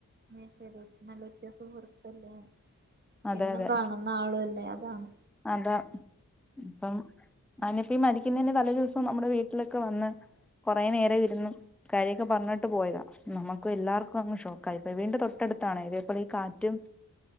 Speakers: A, on the right; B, in the centre.
A: <unintelligible> നല്ല ഉറ്റ സുഹൃത്തല്ലേ
B: അതെ
A: എന്നും
B: അതെ
A: കാണുന്ന ആളുവല്ലേ അതാണ്
B: അതാ ഇപ്പം അവനിപ്പോ ഈ മരിക്കുന്നതിന് തലേ ദിവസവും നമ്മുടെ വീട്ടിലൊക്കെ വന്ന് കുറേ നേരമിരുന്നു കാര്യൊക്കെ പറഞ്ഞിട്ട് പോയതാ നമുക്ക് എല്ലാവർക്കും അങ്ങ് ഷോക്കാ ഇപ്പൊ വീടിന്റെ തൊട്ടടുത്താണ് ഇതേ പ്പോലെ ഈ കാറ്റും